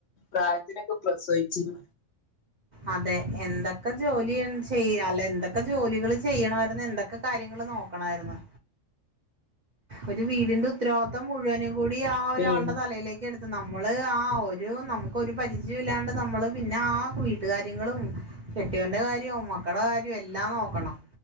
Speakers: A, on the left; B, on the right.
A: പ്രായത്തിലൊക്കെ പ്രസവിച്ചിനി.
B: അതെ എന്തൊക്കെ ജോലി ചെയ്യാല്ലേ എന്തൊക്കെ ജോലികള് ചെയ്യണമായിര്ന്ന് എന്തൊക്കെ കാര്യങ്ങൾ നോക്കണയിര്ന്ന്. ഒരു വീടിന്റെ ഉത്തരവാദിത്തം മുഴുവനും കൂടി ആ ഒരാളുടെ
A: പിന്നെ
B: തലയിലേ ക്കെട്ത്ത് നമ്മള് ആ ഒരു നമുക്കൊരു പരിചയുല്ലാണ്ട് നമ്മള് പിന്നെ ആ വീട്ട്കാര്യങ്ങളും കെട്ട്യൊന്റെ കാര്യോം മക്കടെ കാര്യോം എല്ലാം നോക്കണം